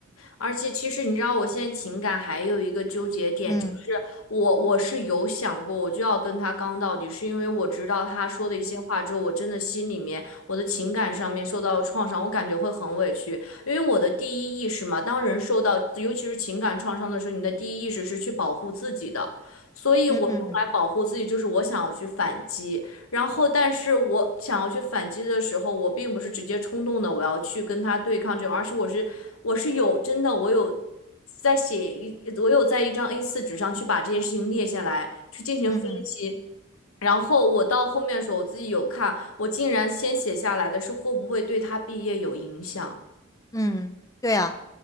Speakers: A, on the left; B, on the left.
A: 而且其实你知道，我现在情感还有一个纠结点，
B: 嗯
A: 就是我我是有想过，我就要跟他刚到底，是因为我知道他说的一些话之后，我真的心里面我的情感上面受到了创伤，我感觉会很委屈，因为我的第一意识嘛，当人受到尤其是情感创伤的时候，你的第一意识是去保护自己的，所以我用来保护自己就是我想要去反击。
B: 嗯嗯嗯
A: 然后，但是我想要去反击的时候，我并不是直接冲动的，我要去跟他对抗这种，而是我是我是有真的，我有在写一，我有在一张 a 四纸上去把这件事情列下来，去进行分析。
B: 嗯嗯
A: 然后我到后面的时候，我自己有看，我竟然先写下来的是会不会对他毕业有影响。
B: 嗯，对啊。